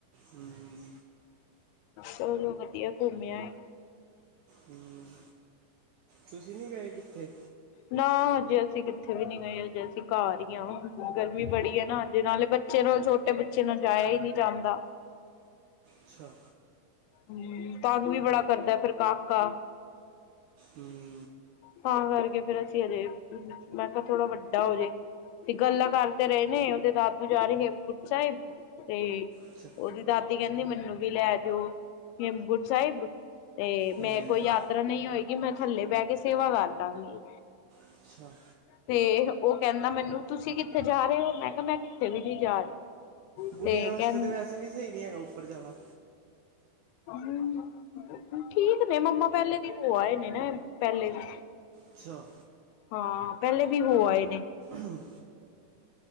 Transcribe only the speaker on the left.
ਚਲੋ ਵਧੀਆ, ਘੁੰਮਿ ਆ ਏ।
ਨਾ ਹਜੇ ਅਸੀਂ ਕਿੱਥੇ ਵੀ ਨੀ ਗਏ, ਹਜੇ ਅਸੀਂ ਘਰ ਹੀ ਹਾਂ, ਗਰਮੀ ਬੜੀ ਆ ਨਾ ਹਜੇ ਨਾਲੇ ਬੇ ਬੱਚੇ ਨਾਲ, ਛੋਟੇ ਬੱਚੇ ਨਾਲ ਜਾਇਆ ਹੀ ਨਹੀਂ ਜਾਂਦਾ।
ਹਮ, ਤੰਗ ਵੀ ਬੜਾ ਕਰਦਾ ਫੇਿਰ ਕਾਕਾ
ਤਾਂ ਕਰਕੇ ਫੇਿਰ ਅਸੀਂ ਹਜੇ, ਮੈਂ ਕਿਹਾ ਥੋੜਾ ਵੱਡਾ ਹੋਜੇ ਤੇ ਗੱਲਾਂ ਕਰਦੇ ਰਹੇ ਨੇ, ਉਹਦੇ ਦਾਦੂ ਜਾ ਰਹੇ ਹੇਮਕੁੰਟ ਸਾਹਿਬ ਤੇ
ਉਹਦੀ ਦਾਦੀ ਕਹਿੰਦੀ ਮੈਨੂੰ ਵੀ ਲੈ ਜਾਓ, ਹੇਮਕੁੰਟ ਸਾਹਿਬ ਤੇ ਮੈਂ
ਕੋਈ ਯਾਤਰਾ ਨਹੀਂ ਹੋਏਗੀ, ਮੈਂ ਥੱਲੇ ਬਹਿ ਕੇ ਸੇਵਾ ਕਰਦਾਂਗੀ।
ਤੇ ਉਹ ਕਹਿੰਦਾ ਮੈਨੂੰ, ਤੁਸੀਂ ਕਿੱਥੇ ਜਾ ਰਹੇ ਹੋ, ਮੈਂ ਕਿਹਾ ਮੈਂ ਕਿੱਥੇ ਵੀ ਨਹੀਂ ਜਾ ਰਹੀ।
ਤੇ
ਕਹਿੰ
ਹਮ, ਠੀਕ ਨੇ ਮੰਮਾ ਪਹਿਲੇ ਦੀ ਹੋ ਆਏ ਨੇ ਨਾ, ਪਹਿਲੇ ਵੀ
ਹਾਂ, ਪਹਿਲੇ ਵੀ ਹੋ ਆਏ ਨੇ।